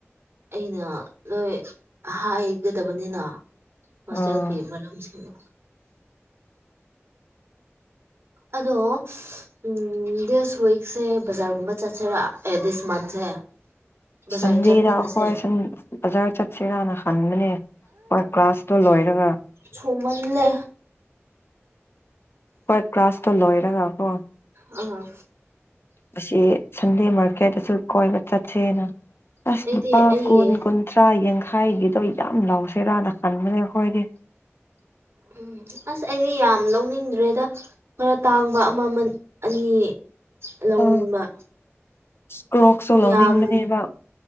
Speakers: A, on the right; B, on the left.
A: ꯑꯩꯅ ꯂꯣꯏ ꯍꯥꯏꯒꯗꯕꯅꯤꯅ ꯍꯣꯁꯇꯦꯜꯒꯤ
B: ꯑꯥ
A: ꯃꯔꯛ__ ꯎꯝ ꯁꯤꯡꯗꯣ ꯑꯗꯣ ꯎꯝ ꯗꯤꯁ ꯋꯤꯛꯁꯦ ꯕꯖꯥꯔꯒꯨꯝꯕ ꯆꯠꯁꯤꯔ ꯑꯦ ꯗꯤꯁ ꯃꯟꯁꯦ ꯕꯖꯥꯔ
B: ꯁꯟꯗꯦꯗꯥ
A: ꯆꯠꯃꯤꯟꯅꯁꯦ
B: ꯑꯈꯣꯏ ꯁꯨꯝ ꯕꯖꯥꯔ ꯆꯠꯁꯤꯔꯥꯅ ꯍꯟꯕꯅꯦ ꯍꯣꯏ ꯀ꯭ꯂꯥꯁꯇꯣ ꯂꯣꯏꯔꯒ
A: ꯁꯨꯝꯃꯟꯂꯦ
B: ꯍꯣꯏ ꯀ꯭ꯂꯥꯁꯇꯣ ꯂꯣꯏꯔꯒ ꯀꯣ
A: ꯑꯥ
B: ꯑꯁꯤ ꯁꯟꯗꯦ ꯃꯥꯔꯀꯦꯠꯇꯁꯨ ꯀꯣꯏꯕ ꯆꯠꯁꯦꯅ ꯑꯁ
A: ꯑꯩꯗꯤ
B: ꯂꯨꯄꯥ
A: ꯑꯩꯒꯤ
B: ꯀꯨꯟ ꯀꯨꯟꯊ__ ꯇꯥ ꯌꯥꯡꯈꯩꯒꯤꯗꯣ ꯌꯥꯝ ꯂꯧꯁꯤꯔꯥꯅ ꯈꯟꯕꯅꯦ ꯑꯩꯈꯣꯏꯗꯤ
A: ꯎꯝ ꯑꯁ ꯑꯩꯗꯤ ꯌꯥꯝ ꯂꯧꯅꯤꯡꯗ꯭ꯔꯦꯗ ꯈꯔ ꯇꯥꯡꯕ ꯑꯃꯥꯃꯟ ꯑꯅꯤ ꯂꯧꯅꯤꯡꯕ
B: ꯑ ꯀ꯭ꯔꯣꯛꯁꯨ ꯂꯧꯅꯤꯡꯕꯅꯦꯕ
A: ꯌꯥꯝ__